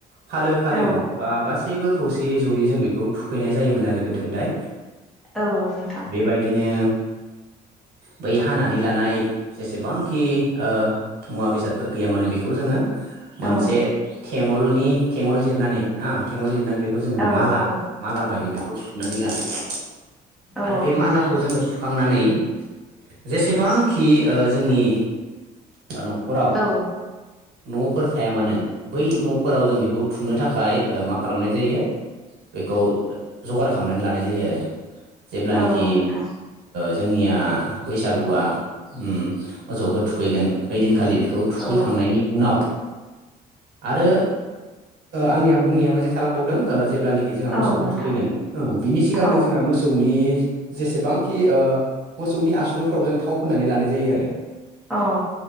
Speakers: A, on the right; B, in the centre.
A: फालो फालो
B: औ
A: बा गासैबो खौसेयै ज'यै जों बेखौ थुखैनाय जायोमोन आरो गोदो गोदाय
B: औ नोंथां
A: बेबायदिनो बै हानानै लानाय जेसेबांखि मुवा बेसादफोर गैया माने बेखौ जोङो
B: औ
A: मोनसे थेङलनि थेङल जिरनानै हो थेङल जिरनानै बेखौ जोङो
B: औ
A: माला
B: औ
A: माला बायदि बे खौ सुनानै लानाय जायो आरो
B: औ
A: आरो बे
B: नोंथां
A: मालाखौ जोङो थांनानै जेसेबांखि जोंनि बा न'खराव
B: औ
A: न'फोर थाया मानो बै न'फोराव जों बेखौ थुनो थाखाय मा खालामनाय जायो बेखौ जगार खालामनानै लानाय जायो आरो जेब्लानाखि
B: औ नोंथां
A: जोंनिया बैसागुआ मोसौखौ थुखैगोन ओइदिनखालि बेखौ थुखैखांनायनि
B: औ
A: उनाव आरो आंनिया बुंनाया मोनसे थालांबावदों जेब्लानोाखि जोंहा
B: औ
A: मोसौखौ
B: नोंथां
A: थुखैगोन औ बिनि सिगांनो
B: औ
A: जोंहा मोसौनि जेसेबांखि मोसौनि आसुगुरफोराव जों थाव फोननानै लानाय जायो आरो
B: औ